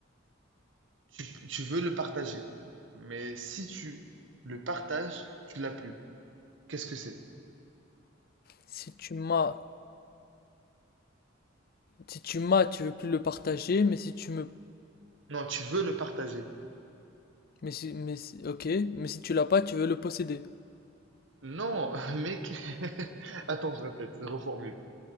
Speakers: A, on the right (about 70°); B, on the left (about 50°).
A: tu, tu veux le partager. Mais si tu le partages, tu l'as plus. Qu'est-ce que c'est?
B: Si tu m'as... Si tu m'as, tu veux plus le partager, mais si tu me...
A: Non, tu veux le partager.
B: Mais si... Mais si- Ok, mais si tu l'as pas, tu veux le posséder.
A: Non, <laughs> mec. <laughs> Attends, je répète, je reformule.